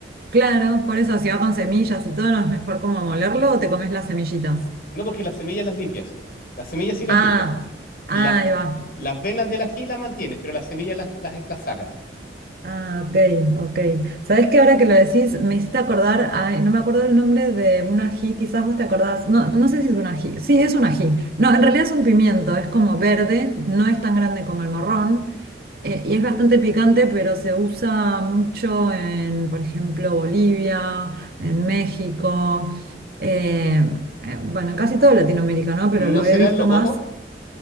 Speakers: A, on the right; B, on the left.
A: Claro, por eso si va con semillas y todo, ¿no es mejor como molerlo o te comes las semillitas?
B: No, porque las semillas las limpias. Las semillas sí las
A: Ah,
B: limpias.
A: ah,
B: Las,
A: ahí va.
B: las venas del ají las mantienes, pero las semillas las, las, las sacas.
A: Ah, ok, ok. ¿Sabés que ahora que lo decís, me hiciste acordar, ay, no me acuerdo el nombre de un ají, quizás vos te acordás, no, no sé si es un ají, sí, es un ají. No, en realidad es un pimiento, es como verde, no es tan grande como el morrón, eh, y es bastante picante, pero se usa mucho en, por ejemplo, Bolivia, en México, eh, eh, bueno, en casi todo Latinoamérica, ¿no? Pero
B: ¿No
A: lo
B: será
A: he visto
B: el locoto?
A: más.